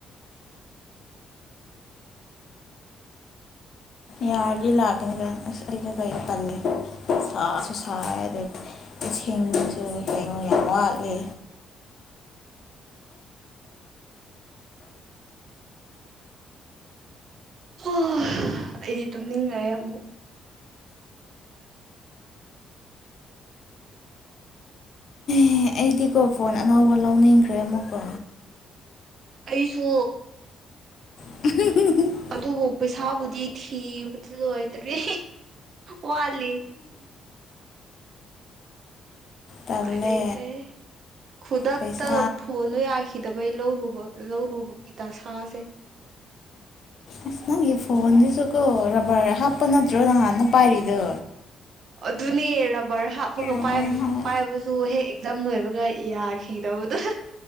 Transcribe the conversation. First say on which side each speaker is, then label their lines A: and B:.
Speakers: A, on the left; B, on the right.
A: ꯌꯥꯔꯗꯤ ꯂꯥꯛꯀꯅꯤꯗ ꯑꯁ ꯑꯩꯁꯨ ꯂꯩꯕ ꯇꯜꯂꯦ ꯁꯥꯁꯨ ꯁꯥꯏ ꯑꯗꯩ ꯏꯁꯤꯡꯁꯨ ꯀꯩꯅꯣ ꯌꯥꯝ ꯋꯥꯠꯂꯤ
B: ꯍꯥ ꯑꯩꯗꯤ ꯇꯨꯝꯅꯤꯡꯉꯛꯑꯦ ꯑꯃꯨꯛ
A: ꯍꯦ ꯑꯩꯗꯤꯀꯣ ꯐꯣꯟ ꯑꯅꯧꯕ ꯂꯧꯅꯤꯡꯈ꯭ꯔꯦ ꯑꯃꯨꯛꯀ
B: ꯑꯩꯁꯨ
A: <unintelligible>
B: ꯑꯗꯨꯕꯨ ꯄꯩꯁꯥꯕꯨꯗꯤ ꯊꯤꯕꯗꯤ ꯂꯣꯏꯗ꯭ꯔꯤ ꯋꯥꯠꯂꯤ
A: ꯇꯜꯂꯦ
B: ꯎꯄꯥꯏ ꯂꯩꯇ꯭ꯔꯦ ꯈꯗꯛꯇ
A: ꯄꯩꯁꯥ
B: ꯐꯣꯟꯗꯣ ꯌꯥꯈꯤ ꯈꯤꯗꯕꯩ ꯂꯧꯔꯨꯕ ꯂꯧꯔꯨꯕꯒꯤ ꯗꯁꯥꯁꯦ
A: ꯑꯁ ꯅꯪꯒꯤ ꯐꯣꯟꯗꯨꯁꯨꯀꯣ ꯔꯕꯔ ꯍꯥꯞꯄ ꯅꯠꯇ꯭ꯔꯣ ꯅꯍꯥꯟꯅ ꯄꯥꯏꯔꯤꯗꯣ
B: ꯑꯗꯨꯅꯦ ꯔꯕꯔ ꯍꯥꯞꯄꯒ
A: ꯎꯝ
B: ꯄꯥꯏ ꯄꯥꯏꯕꯁꯨ ꯍꯦꯛ ꯆꯝ ꯂꯣꯏꯕꯒ ꯌꯥꯈꯤꯗꯕꯗꯣ